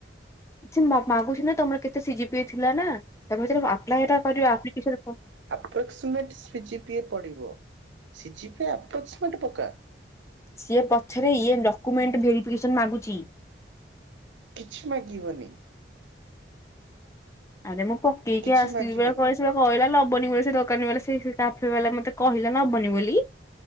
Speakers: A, on the left; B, on the right.
A: ସେ ମା ମାଗୁଛି ନା, ତମର କେତେ ସିଜିପିଏ ରେ ଥିଲାନା, ତମେ ସେଟାକୁ ଆପ୍ଲାଏ ଟା କରିବା, ଆପ୍ଲିକେସନ ଫ
B: ଆପ୍ରାକ୍ସମେଟ ସିଜିପିଏ ପଡିବ, ସିଜିପିଏ ଆପ୍ରାକ୍ସମେଟ ପକା।
A: ସିଏ ପଛରେ, ଇଏ ଡକ୍ୟୁମେଣ୍ଟ ଭେରିଫିକେସନ ମାଗୁଚି।
B: କିଛି ମାଗିବନି।
A: ଆରେ ମୁଁ ପକେଇକି
B: କିଛି
A: ଆସିଲି
B: ମାଗିବନି।
A: ପରା <unintelligible> ସିଏପା କଇଲା ନବନି ବୋଲି, ସେ ଦୋକାନୀ ବାଲା, ସେ ସେ କାଫେ ବାଲା ମତେ କହିଲା ନବନି ବୋଲି।